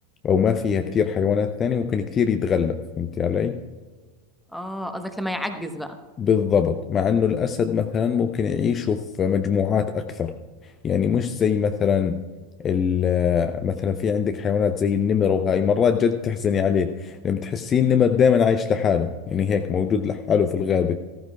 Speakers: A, on the left; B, in the centre.
A: أو ما فيها كثير حيوانات ثانية ممكن كثير يتغلب فهمتي علي؟
B: آه قصدك لما يعجز بقى
A: بالضبط مع انه الاسد مثلا ممكن يعيشوا في مجموعات اكثر يعني مش زي مثلا ال- مثلا في عندك حيوانات زي النمر وهاي مرات جد تحزني عليه لما تحسين النمر دائما عايش لحاله يعني هيك موجود لحاله في الغابة